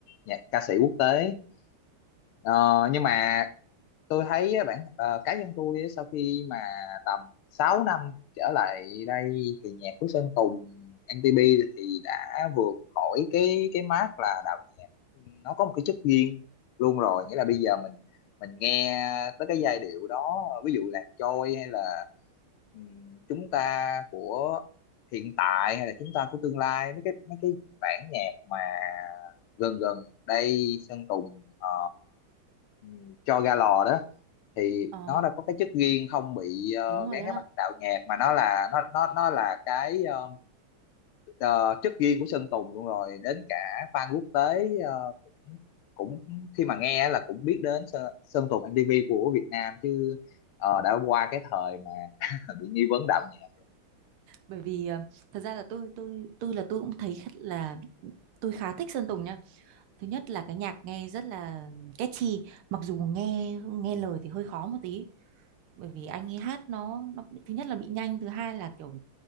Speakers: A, on the left; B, on the right.
A: nhạc ca sĩ quốc tế. Ờ, nhưng mà tôi thấy á, bản ờ, cá nhân tôi á, sau khi mà tầm 6 năm trở lại đây thì nhạc của Sơn Tùng MTP thì đã vượt khỏi cái cái mác là đạo nhạc nó có một cái chất riêng luôn rồi nghĩa là bây giờ mình mình nghe tới cái giai điệu đó ví dụ Lạc Trôi hay là ừm, chúng ta của hiện tại hay là chúng ta của tương lai mấy cái mấy cái bản nhạc mà gần gần đây Sơn Tùng ờ, ừ, cho ra lò đó thì
B: Ờ,
A: nó đã có cái chất riêng không bị ờ,
B: đúng rồi
A: gán
B: đó.
A: cái mắt đạo nhạc mà nó là nó nó nó là cái ờ, ờ, chất riêng của Sơn Tùng luôn rồi đến cả fan quốc tế ờ, cũng khi mà nghe là cũng biết đến Sơn, Sơn Tùng MTV của Việt Nam chứ ờ, đã qua cái thời mà <laughs> bị nghi vấn đạo nhạc
B: Bởi vì ờ, thật ra là tôi tôi tôi là tôi cũng thấy khá- là tôi khá thích Sơn Tùng nha. Thứ nhất là cái nhạc nghe rất là catchy, mặc dù nghe nghe lời thì hơi khó một tí bởi vì anh ấy hát nó nó thứ nhất là bị nhanh thứ hai là kiểu